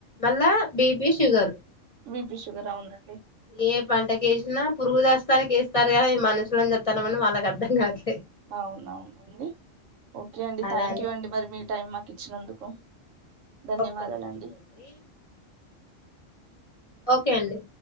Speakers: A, on the left; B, on the right.
A: మళ్ళా బీపి షుగర్
B: బిపి షుగర్ అవునండి
A: ఏ పంటకేసినా పురుగుచస్తానికి వేస్తారు కదా ఈ మనుషులని చూస్తామని వాళ్ళకి అర్థం కాదు
B: అవునవునండి ఒకే అండి
A: అలానే
B: థ్యాంక్ యూ అండి మరి మీ టైమ్ మాకి ఇచ్చినందుకు ధన్యవాదాలండి
A: ఒక్క నిమిషం అండి ఒకే అండి